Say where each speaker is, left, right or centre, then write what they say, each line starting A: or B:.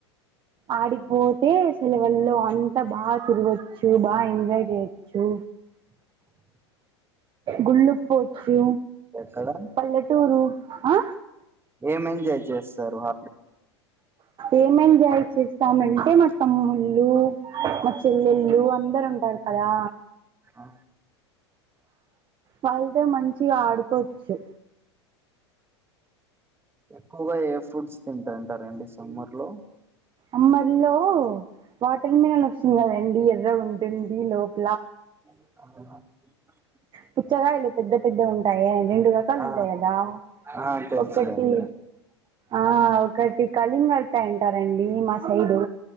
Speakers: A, on the right (about 35°); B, on the right (about 15°).
A: ఆడికిపోతే సెలవుల్లో అంతా బాగా తిరగచ్చు బాగా ఎంజాయ్ చేయొచ్చు.
B: <inaudible>
A: గుళ్ళు పోచ్చు
B: ఎక్కడ
A: పల్లెటూరు ఆ
B: ఎమ్ ఎంజాయ్ చేస్తారు హ
A: ఏమేన్ చెయ్యాచ్ చేస్తామంటే మా తమ్ముళ్ళు మా చెల్లెళ్ళు అందరు ఉంటారు కదా.
B: ఆ
A: వాళ్ళతో మంచిగా ఆడుకోచ్చు
B: ఎక్కువగా ఏ ఫ్రూట్స్ తింటాంటారండి సమ్మర్ లో
A: అమ్మర్లో వాటర్ మీలను వస్తుంది కదండి ఎర్ర ఉంటుంది లోప్
B: <unintelligible>
A: పుచ్చగాయలు పెద్ద పెద్ద ఉంటాయే రెండు రకాలు
B: ఆ
A: ఉంటాయి కదా
B: ఆ తెలుసులేండి
A: ఒకటి ఆ ఒకటి కళింగర్ కాయ్ అంటారండి మా సైడు